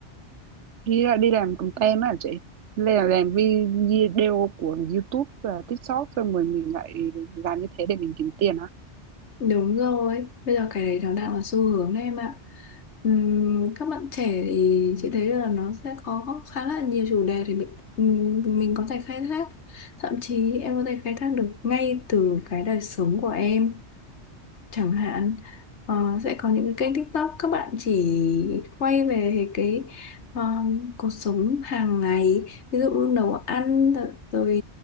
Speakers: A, on the right; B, on the left.
A: đi ra đi làm content á hả chị làm làm vi- video của YouTube và TikTok xong rồi mình lại làm như thế để mình kiếm tiền hả
B: Đúng rồi, bây giờ cái đấy nó đang là xu hướng đấy em ạ. Ừm, các bạn trẻ thì chị thấy là nó sẽ có khá là nhiều chủ đề để bị- ừm, mình có thể khai thác. Thậm chí em có thể khai thác được ngay từ cái đời sống của em chẳng hạn ờ, sẽ có những cái kênh TikTok các bạn chỉ quay về cái ờ, cuộc sống hàng ngày ví dụ như nấu ăn rồi